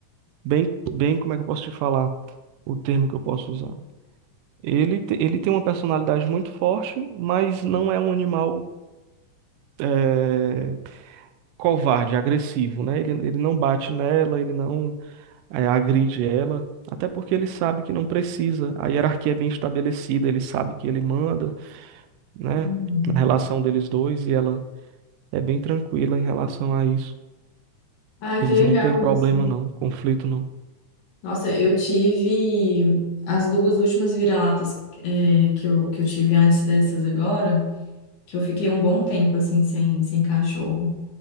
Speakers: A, on the right; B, on the left.
A: bem, bem, como é que eu posso te falar o termo que eu posso usar? Ele, te- ele tem uma personalidade muito forte, mas não é um animal é, covarde, agressivo, né? Ele, ele não bate nela, ele não é, agride ela, até porque ele sabe que não precisa. A hierarquia é bem estabelecida, ele sabe que ele manda, né?
B: Uhum.
A: Na relação deles dois, e ela é bem tranquila em relação a isso.
B: Ah, que
A: Eles
B: legal
A: não têm problema,
B: isso.
A: não, conflito não.
B: Nossa, eu tive as duas últimas vira-latas eh, que eu, que eu tive antes dessas agora, que eu fiquei um bom tempo, assim, sem, sem cachorro.